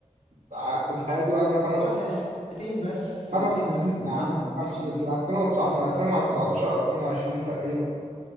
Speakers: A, on the right; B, on the left.
A: ع- الحياة دي بقى لنا خمس
B: هو سنتين بس سنتين
A: خمس سنين
B: بس من
A: يا
B: ساعة
A: عم
B: لما مشي
A: خمس من 2009 من 2019 على 2020 تقريبا